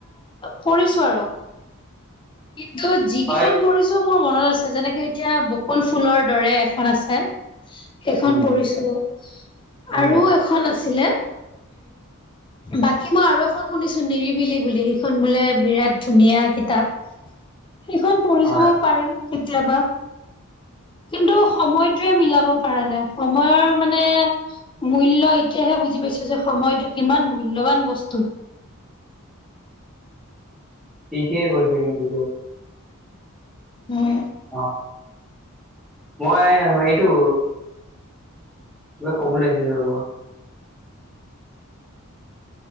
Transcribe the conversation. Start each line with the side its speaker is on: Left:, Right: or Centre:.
Left: পঢ়িছো আৰু কিন্তু যিকেইখন
Centre: হয়
Left: পঢ়িছো মোৰ মনত আছে। যেনেকে এতিয়া বকুল ফুলৰ দৰে এখন আছে, সেইখন
Centre: উম,
Left: পঢ়িছো। আৰু
Centre: উম,
Left: এখন আছিলে। বাকী মই আৰু এখন শুনিছো নিৰিবিলি বুলি সেইখন বোলে বিৰাট ধুনীয়া কিতাপ
Centre: <inaudible>
Left: সেইখন পঢ়ি
Centre: হয়
Left: চাব পাৰি কেতিয়াবা।
Centre: <inaudible>
Left: কিন্তু সময়টোৱে মিলাব পৰা নাই সময়ৰ মানে মূল্য এতিয়াহে বুজি পাইছো। যে সময়তটো কিমান মূল্যবান বস্তু।
Centre: <inaudible> ঠিকে কৈছে কিন্তু দেই।
Left: উম
Centre: অ' মই এইটো কিবা কব লাগিছে ন ৰব।